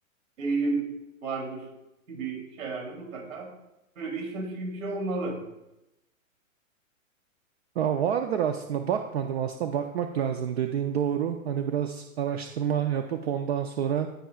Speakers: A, on the right; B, on the right.
A: eğilim vardır gibi şeylerde mutlaka böyle bir istatistik gibi bir şey olmalı.
B: Ya vardır aslında bakmadım aslında bakmak lazım dediğin doğru. Hani biraz araştırma yapıp ondan sonra